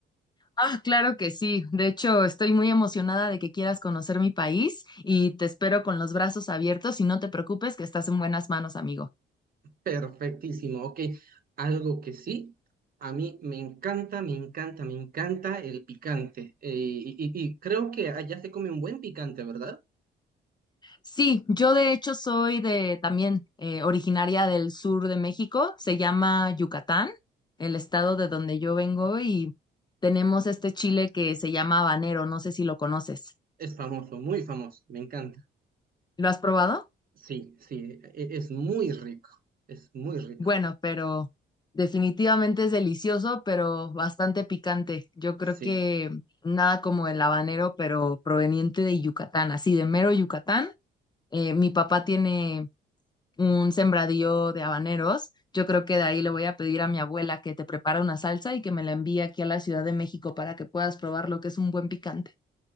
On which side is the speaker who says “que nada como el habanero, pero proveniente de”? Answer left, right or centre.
Left